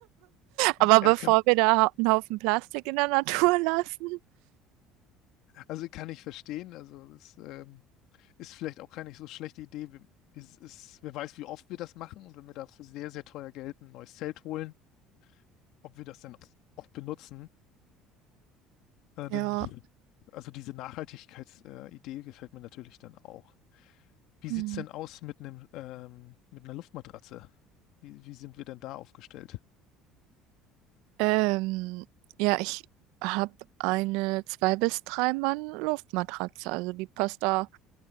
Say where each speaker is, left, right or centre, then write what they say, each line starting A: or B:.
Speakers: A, on the right; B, on the left.
A: Aber
B: Ja,
A: bevor
B: kann,
A: wir da hau- einen Haufen Plastik in der Natur <laughs> lassen.
B: also kann ich verstehen. Also das ähm, ist vielleicht auch keine so schlechte Idee. Wir- Es ist, wer weiß, wie oft wir das machen und wenn wir dafür sehr, sehr teuer Geld ein neues Zelt holen, ob wir das dann oft benutzen. Äh,
A: Ja.
B: dann, also diese Nachhaltigkeitsidee äh, Idee gefällt mir natürlich dann auch. Wie
A: Hm.
B: sieht's denn aus mit einem ähm, mit einer Luftmatratze? Wie, wie sind wir denn da aufgestellt?
A: Ähm, ja, ich habe eine zwei bis drei Mann Luftmatratze, also die passt da